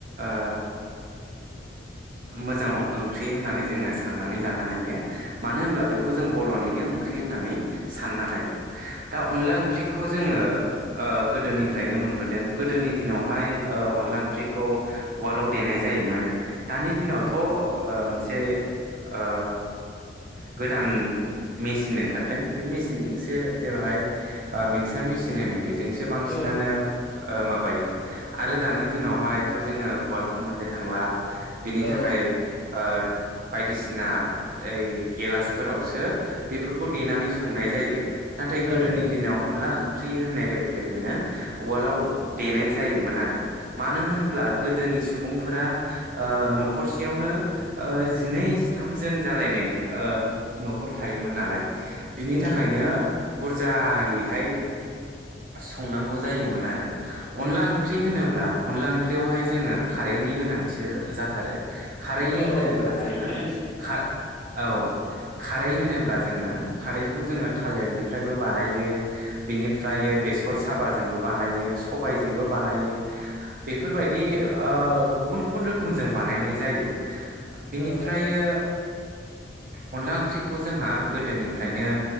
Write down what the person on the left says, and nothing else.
आरो
औ
औ
औ
औ
औ
औ
ओ
ओ ओ खारैनि
गोनांथि जायो
उम।
औ